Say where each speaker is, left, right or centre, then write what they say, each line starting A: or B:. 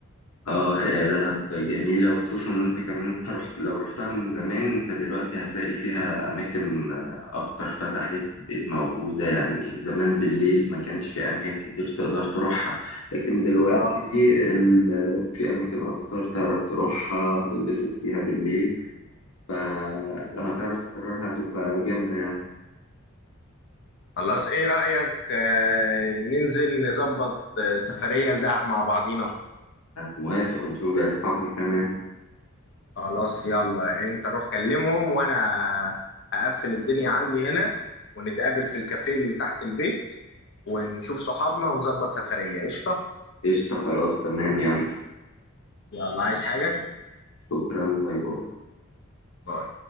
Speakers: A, on the left (about 75°); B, on the left (about 55°).
A: اه هي دهب جميلة وخصوصا انت كمان انت رحت لو رحتها من زمان انت دلوقتي هتلاقي فيها اماكن اكتر فتحت بقت موجودة يعني زمان بالليل ما كانش في اماكن كتير تقدر تروحها لكن دلوقتي
B: اه
A: ال- في اماكن اكتر تعرف تروحها تتبسط فيها بالليل فلو هتعرف تكررها هتبقى جامدة يعني
B: خلاص ايه رايك آه، ننزل نظبط آه، سفريه لدهب مع بعضينا
A: أنا موافق ونشوف بقى أصحابنا كمان
B: خلاص يلا انت روح كلمهم وانا هقفل الدنيا عندي هنا ونتقابل في الكافيه اللي تحت البيت ونشوف صحابنا ونظبط سفريه قشطه
A: قشطة خلاص تمام يلا
B: يلا عايز حاجه
A: شكرا باي باي
B: باي